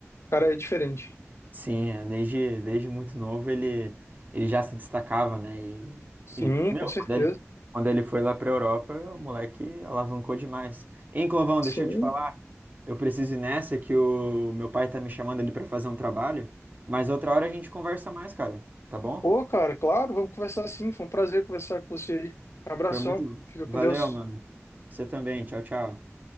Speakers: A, on the left; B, on the right.
A: cara é diferente.
B: Sim, é, desde, desde muito novo ele, ele já se destacava, né? E,
A: Sim,
B: e meu,
A: com certeza.
B: quando ele, quando ele foi lá pra Europa, o moleque alavancou demais. Hein, Clovão,
A: Sim.
B: deixa eu te falar, eu preciso ir nessa que o meu pai tá me chamando ali pra fazer um trabalho, mas outra hora a gente conversa mais, cara, tá bom?
A: Pô, cara, claro, vamos conversar sim. Foi um prazer conversar com você aí. Abração.
B: Foi muito.
A: Fica
B: Valeu,
A: com Deus.
B: mano. Você também, tchau, tchau.